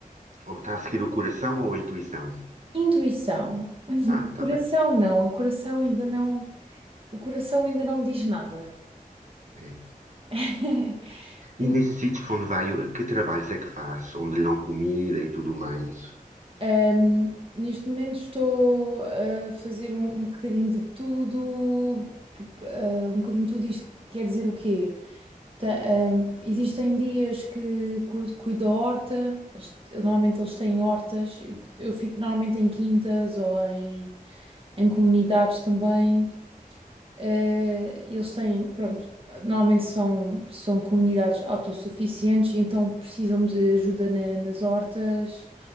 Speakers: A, on the right; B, on the right.
A: ou está a seguir o coração ou a intuição?
B: Intuição. <laughs>
A: Ah, está
B: Coração
A: bem.
B: não, o coração ainda não, o coração ainda não me diz nada.
A: É.
B: <laughs> Então,
A: E nesse sítio para onde vai, o- que trabalhos é que faz? Onde lhe dão comida e tudo mais?
B: Ahm, neste momento estou a fazer um, um bocadinho de tudo, p- p- ah, um bocadinho de tudo isto quer dizer o quê? Ta- ahm, existem dias que cuido, cuido da horta, eles- eu- normalmente eles têm hortas, eu, eu fico normalmente em quintas ou em, em comunidades também. Eh, eles têm, pronto, normalmente são, são comunidades autossuficientes e então precisam de ajuda na- nas hortas,